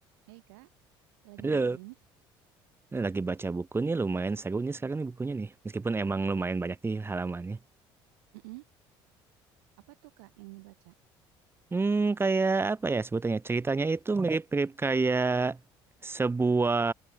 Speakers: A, on the right (about 85°); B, on the right (about 20°).
A: Hei kak, lagi
B: Halo,
A: ngapain nih?
B: Ini lagi baca buku nih lumayan seru nih sekarang nih bukunya nih. Meskipun emang lumayan banyak nih halamannya.
A: Mm-mm, Apa tuh kak yang dibaca?
B: Hmm, kayak apa ya sebutannya? Ceritanya itu mirip-mirip kayak sebuah